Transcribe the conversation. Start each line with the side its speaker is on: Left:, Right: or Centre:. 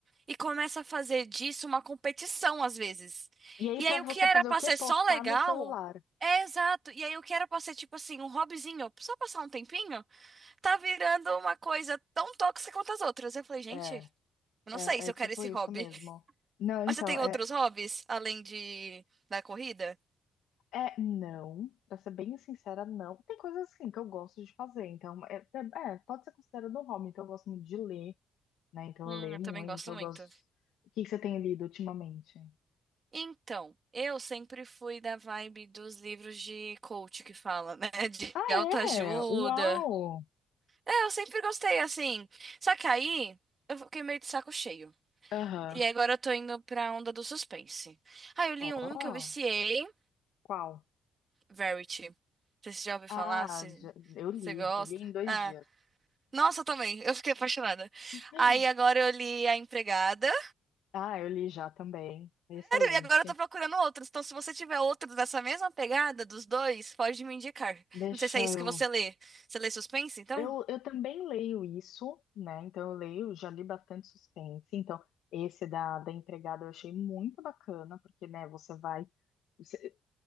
Right: e começa a fazer disso uma competição às vezes.
Left: E aí,
Right: E
Left: pra
Right: aí
Left: você
Right: o que era
Left: fazer
Right: pra
Left: o quê?
Right: ser
Left: Postar
Right: só legal,
Left: no celular.
Right: é exato. E aí o que era pra ser tipo assim, um hobbyzinho, só passar um tempinho, tá virando uma coisa tão tóxica quanto as outras. Eu falei, gente,
Left: É,
Right: eu não
Left: é,
Right: sei se
Left: é
Right: eu
Left: tipo
Right: quero esse
Left: isso
Right: hobby.
Left: mesmo. Não,
Right: Mas
Left: então,
Right: você tem
Left: é,
Right: outros hobbies além de da corrida?
Left: é não, pra ser bem sincera, não. Tem coisas assim que eu gosto de fazer, então, é, é, é, pode ser considerado um hobby, então eu gosto muito de ler, né? Então
Right: Hum,
Left: eu leio
Right: eu também
Left: muito,
Right: gosto
Left: então
Right: muito.
Left: eu gosto. O que que você tem lido ultimamente?
Right: Então, eu sempre fui da vibe dos livros de coach que fala, né? <laughs>
Left: Ah,
Right: De autoajuda.
Left: é? Uau!
Right: É, eu sempre gostei, assim. Só que aí eu fiquei meio de saco cheio.
Left: Aham.
Right: E agora eu tô indo pra onda do suspense. Aí eu li
Left: Ó,
Right: um que eu viciei,
Left: qual?
Right: Verity. Não sei se você já ouviu
Left: Ah,
Right: falar, se,
Left: já- eu
Right: se
Left: li,
Right: você gosta.
Left: eu li em dois
Right: Ah,
Left: dias.
Right: nossa, eu também. Eu fiquei apaixonada.
Left: <gasps>
Right: Aí agora
Left: <laughs>
Right: eu li A Empregada.
Left: Ah, eu li já também. Excelente.
Right: E agora eu tô procurando outros. Então, se você tiver outros dessa mesma pegada dos dois, pode me indicar.
Left: Deixa
Right: Não sei se é isso
Left: eu
Right: que você lê. Você lê suspense, então?
Left: Eu, eu também leio isso, né? Então eu leio, já li bastante suspense. Então, esse da, da empregada eu achei muito bacana, porque, né, você vai. você-